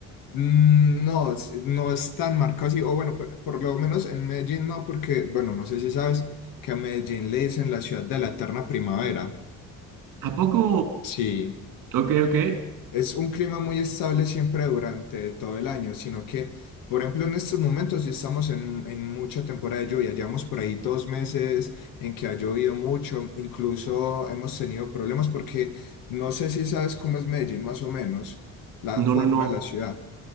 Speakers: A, on the left (about 80°); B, on the right (about 75°).
A: Mm, No, es- no es tan marcado así, o bueno, por, por lo menos en Medellín no, porque, bueno, no sé si sabes que a Medellín le dicen la ciudad de la eterna primavera.
B: ¿A poco?
A: Sí.
B: Ok, ok.
A: Es un clima muy estable siempre durante todo el año, sino que, por ejemplo, en estos momentos ya estamos en, en mucha temporada de lluvia. Llevamos por ahí dos meses en que ha llovido mucho, incluso hemos tenido problemas porque no sé si sabes cómo es Medellín, más o menos, la
B: No,
A: forma
B: no, no.
A: de la ciudad.